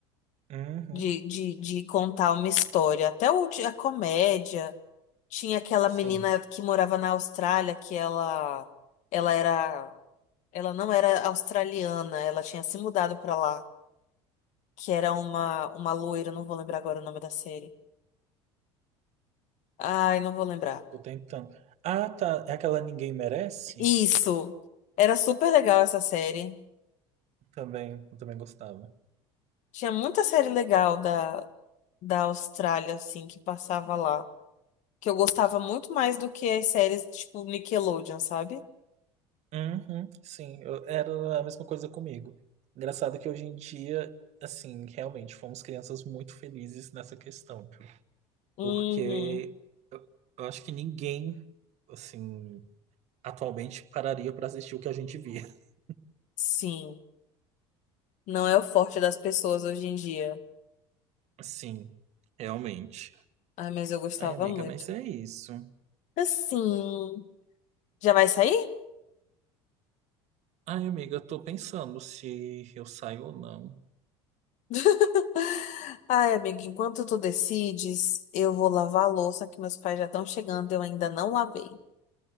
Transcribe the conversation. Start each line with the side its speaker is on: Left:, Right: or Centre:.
Right: Uhum,
Left: de, de, de contar uma história. Até o, a comédia. Tinha aquela
Right: sim,
Left: menina que morava na Austrália, que ela, ela era, ela não era australiana, ela tinha se mudado pra lá, que era uma, uma loira, não vou lembrar agora o nome da série. Ai, não vou lembrar.
Right: tô tentando. Ah, tá. É aquela Ninguém Merece?
Left: Isso. Era super legal essa série.
Right: Também, eu também gostava.
Left: Tinha muita série legal da, da Austrália, assim, que passava lá. Que eu gostava muito mais do que as séries, tipo, Nickelodeon, sabe?
Right: Uhum, sim, eu- era a mesma coisa comigo. Engraçado que hoje em dia, assim, realmente fomos crianças muito felizes nessa questão, tipo,
Left: Uhum.
Right: porque eu, eu acho que ninguém, assim, atualmente pararia pra assistir o que a gente via. <laughs>
Left: Sim. Não é o forte das pessoas hoje em dia.
Right: Assim, realmente.
Left: Ai, mas eu gostava
Right: Ai, amiga,
Left: muito.
Right: mas é isso.
Left: Assim, já vai sair?
Right: Ai, amiga, eu tô pensando se eu saio ou não.
Left: <laughs> Ai, amiga, enquanto tu decides, eu vou lavar a louça que meus pais já estão chegando, eu ainda não lavei.